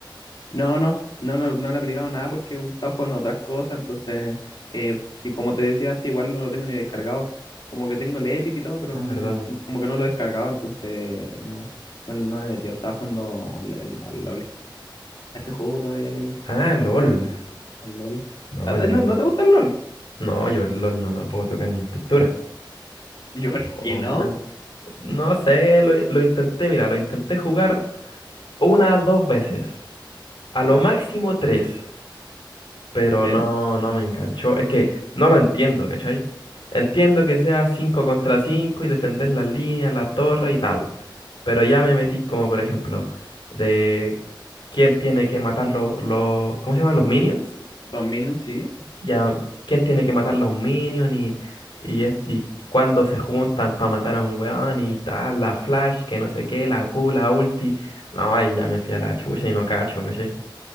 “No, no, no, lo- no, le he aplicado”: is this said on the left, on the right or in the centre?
Left